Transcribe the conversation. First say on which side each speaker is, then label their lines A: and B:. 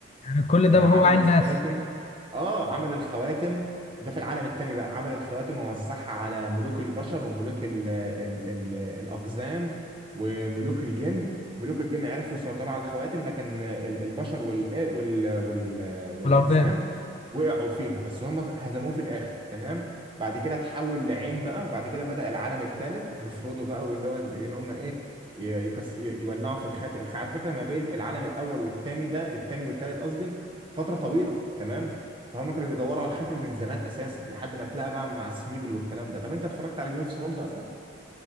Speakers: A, on the left (about 35°); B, on the right (about 25°).
A: يعني كل
B: آه،
A: ده وهو
B: عمل
A: عين
B: الخواتم
A: بس
B: اه عمل الخواتم ده في العالم التاني بقى عمل الخواتم ووزعها على ملوك البشر وملوك ال ال ال الأقزام وملوك الجن ملوك الجن عرفوا يسيطروا على الخواتم لكن ال- البشر وال وال وال والأقزام
A: والعظام
B: وقعوا فيها بس هم هزموه في الآخر تمام بعد كده اتحول لعين بقى وبعد كده بدأ العالم الثالث بفرودو بقى واللي هو ان هم ايه ي- يكس يولعوا في الخاتم على فكرة ما بين العالم الأول والتاني ده التاني والتالت قصدي فترة طويلة تمام فهم كانوا بيدوروا على الخاتم من زمان اساسا لحد ما اتلاقى بقى مع سميجل والكلام ده طب انت اتفرجت على جيم اوف ثرونز اصلا